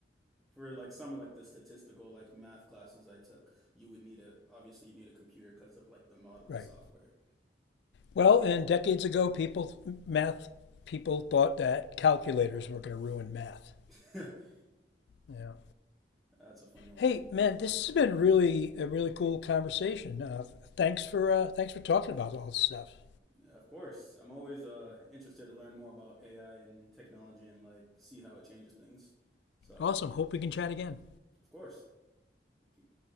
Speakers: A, in the centre; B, on the left (about 70°).
A: for like some of like the statistical like math classes I took. You would need a obviously you need a computer because of like the modeling
B: right.
A: software.
B: Well,
A: So
B: and decades ago, people, math people thought that calculators were going to ruin math.
A: <laughs>
B: Yeah.
A: that's a funny one
B: Hey,
A: to think
B: man,
A: about as
B: this
A: well.
B: has been really a really cool conversation. Uh, thanks for uh, thanks for talking about all this stuff.
A: Yeah, of course, I'm always uh interested to learn more about AI and technology and like see how it changes things. So
B: Awesome. Hope we can chat again.
A: of course, thank you.